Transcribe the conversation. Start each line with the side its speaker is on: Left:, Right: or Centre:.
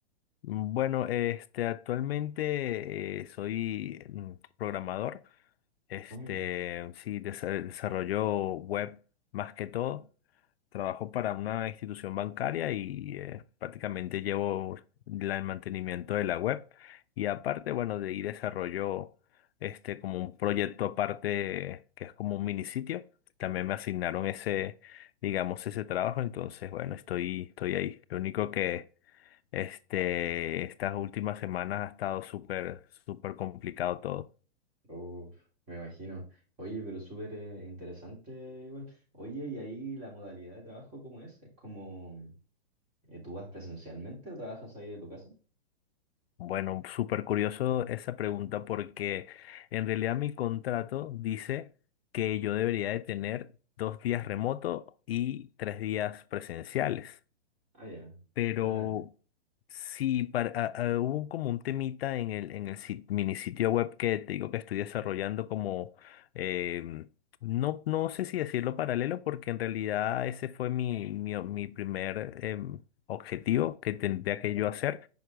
Left: Bueno, este, actualmente eh, soy mm, programador. Este,
Right: Ay,
Left: sí, desa- desarrollo web más que todo. Trabajo para una institución bancaria y eh, prácticamente llevo la- el mantenimiento de la web. Y aparte, bueno, de ahí desarrollo este como un proyecto aparte que es como un mini sitio. También me asignaron ese, digamos, ese trabajo. Entonces, bueno, estoy, estoy ahí. Lo único que este, estas últimas semanas ha estado súper, súper complicado todo.
Right: uf, me imagino. Oye, pero súper eh, interesante igual. Oye, ¿y ahí la modalidad de trabajo cómo es? ¿Es como eh, tú vas presencialmente o trabajas ahí de tu casa?
Left: Bueno, súper curioso esa pregunta porque en realidad mi contrato dice que yo debería de tener dos días remoto y tres días presenciales.
Right: Ah, ya.
Left: Pero
Right: Ah, ya.
Left: sí, para, a- a- hubo como un temita en el, en el sit- mini sitio web que te digo que estoy desarrollando como, em, no, no sé si decirlo paralelo, porque en realidad ese fue mi, mi, mi primer em, objetivo que tendría que yo hacer.